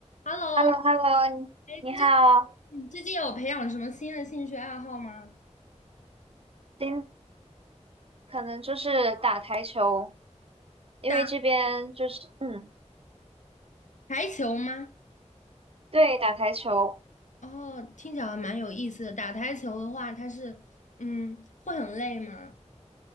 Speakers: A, on the left; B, on the right.
A: Hello，
B: h e l
A: 你
B: l o h e l l o
A: 哎，
B: 你好。
A: 最你最近有培养什么新的兴趣爱好吗？
B: 今可能就是打台球，因为这边就是嗯，
A: 打台球吗？
B: 对，打台球。
A: 哦，听起来还蛮有意思的。打台球的话，它是嗯，会很累吗？